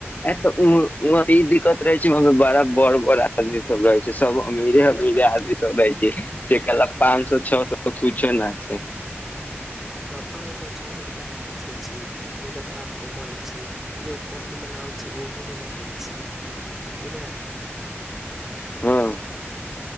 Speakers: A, on the left; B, in the centre.
A: ए त ई दिक्कत रहे छै वहं बड़ा बड़ बड़ आदमी सभ रहै छै सभ अमीरे आमीरे
B: हँ
A: आदमी सभ रहै छै से कहलक पाँच सै छ सै त किछु नहि छै
B: हँ पांच सै छओ सै कहाँ किछु छियै ओ त हाथ के मैइल छै यो कॉफी मंगाबै छी ओहो मे नहि होइ छीयै कि न
A: हँ